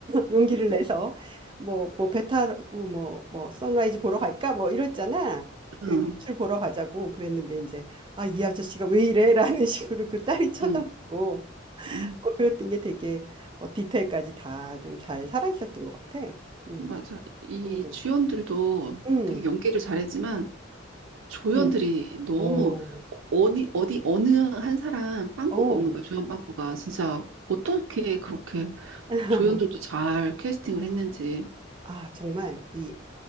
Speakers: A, on the right; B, on the right.
A: 용기를
B: 응.
A: 내서 뭐 뭐 배 타고 뭐 뭐 선라이즈 보러 갈까 뭐 이랬잖아.
B: 응.
A: 그 일출 보러 가자고 그랬는데 이제 아 이 아저씨가 왜 이래라는 <laughs> 식으로 그 딸이 쳐다보고
B: 음, 음,
A: 뭐 그랬던 게 되게 어, 디테일까지 다 좀 잘 살아 있었던 것 같아. 음,
B: 맞아. 이
A: 음,
B: 주연들도
A: 음,
B: 되게 연기를 잘했지만 조연들이
A: 음.
B: 너무
A: 어,
B: 어디 어디 어느 한 사람 빵꾸가
A: 어.
B: 없는 거야. 조연 빵꾸가 진짜 어떻게 그렇게
A: <laughs>
B: 조연들도 잘 캐스팅을 했는지.
A: 아 정말 이